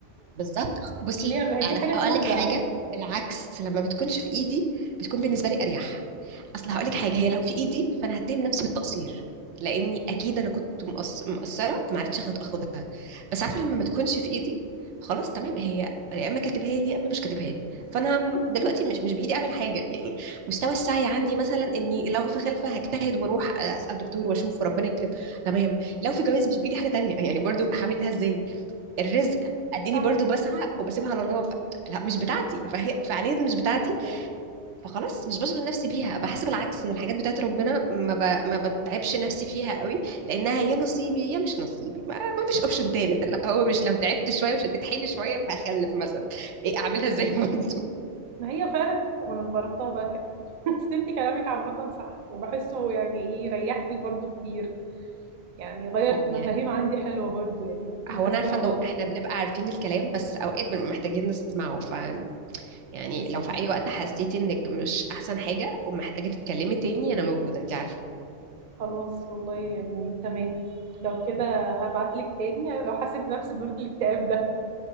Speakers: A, on the right (about 75°); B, on the right (about 45°).
A: بالظبط بصي
B: اللي هي ما هي
A: على
B: دي حاجه
A: هقول
B: توجع
A: لك حاجه بالعكس لما بتكونش في ايدي بتكون بالنسبه لي اريح اصل هقول لك حاجه هي لو في ايدي فانا هتهم نفسي بالتقصير لاني اكيد انا كنت مقص- مقصره فما عرفتش آخد- اخدها بس عارفه لما ما تكونش في ايدي خلاص تمام هي يا اما كاتبها لي يا اما مش كاتبها لي فانا هم- دلوقتي مش مش بايدي اعمل حاجه يعني مستوى السعي عندي مثلا اني لو في خلفه هجتهد واروح اسال دكتور واشوف وربنا يكرم تمام لو في جواز مش بايدي حاجه تانية يعني برضو هعملها ازاي الرزق اديني
B: صح
A: برضو بسعى وبسيبها على الله ف... لا مش بتاعتي فهي فعليا مش بتاعتي
B: فاهمك
A: فخلاص مش بشغل نفسي بيها بحس بالعكس ان الحاجات بتاعت ربنا ما ب... ما بتعبش نفسي فيها قوي لانها يا نصيبي يا مش نصيبي ما, ما فيش اوبشن تالت اللي هو مش لو تعبت شويه وشديت حيلي شويه فهخلف مثلا ايه اعملها ازاي برضو
B: ما هي فعلا كده وانا جربتها بقى كده <laughs> بس انت كلامك عامة صح وبحسه يعني ايه ريحني برضو كتير يعني غيرت
A: اه
B: مفاهيم
A: يعني
B: عندي حلوة برضو يعني كنت محاسباها
A: هو انا عارفه
B: غلط
A: انه احنا بنبقى عارفين الكلام بس اوقات بنبقى محتاجين نسمعه ف يعني
B: بالظبط
A: لو في اي وقت حسيتي انك مش احسن حاجه ومحتاجه تتكلمي تاني انا موجوده انت عارفه
B: خلاص والله يعني تمام لو كده هبعتلك تاني لو حسيت بنفس دورة الاكتئاب ده